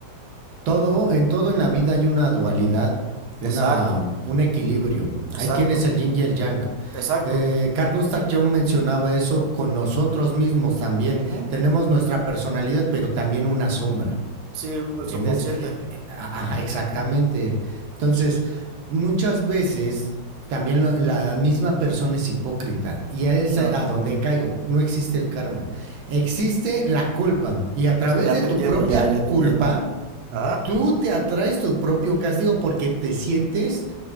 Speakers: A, on the right; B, on the right.
A: Todo, en todo en la vida hay una dualidad, una,
B: Exacto,
A: un equilibrio.
B: exacto,
A: Ahí tienes el yin y el yang.
B: exacto.
A: Eh, Carl Gustav Jung mencionaba eso con nosotros mismos también.
B: Ujú, ujú.
A: Tenemos nuestra personalidad, pero también una sombra.
B: Sí,
A: ¿Entiendes?
B: el subconsciente,
A: Ajá, exactamente. Entonces, muchas veces también lo- la misma persona es hipócrita y a es
B: claro.
A: a a donde caigo. No existe el karma, existe la culpa y a
B: Es-
A: través
B: ya
A: de
B: te
A: tu
B: entiendo,
A: propia
B: ya, ya
A: culpa,
B: te entiendo. Ajá.
A: tú te atraes tu propio castigo porque te sientes